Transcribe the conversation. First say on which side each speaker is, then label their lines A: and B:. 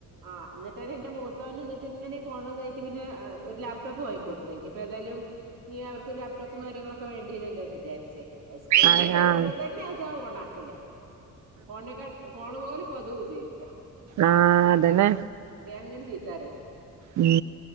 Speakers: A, on the right; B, on the right.
A: ആഹ എന്നിട്ട് എന്റെ മൂത്തവൻ എന്നിട്ട് ഇങ്ങനെ ഫോണതായിട്ട പിന്നെ ഒരു ലാപ്ടോപ്പ് വാങ്ങി ക്കെട്ത്ത് ഇനിയിപ്പോ ഏതായാലും ഇനി അവർക്ക് ലാപ്ടോപ്പും കാര്യങ്ങളൊക്കെ വേണ്ടിവരല്ലോ എന്ന് വിചാരിച്ചേ സ്കൂള്
B: ആഹ്
A: നിന്ന്
B: ആഹ്
A: വരുമ്പോ തന്നെ അതാ ഓണആക്കല് ഫോണൊക്കെ ഫോൺ പോലെപ്പോഅതും ഉപയോഗിക്കാ
B: ആഹ അതന്നെ
A: എന്നിട്ട് ഞാൻ ഇങ്ങനെ ചീത്തപറയും
B: മ്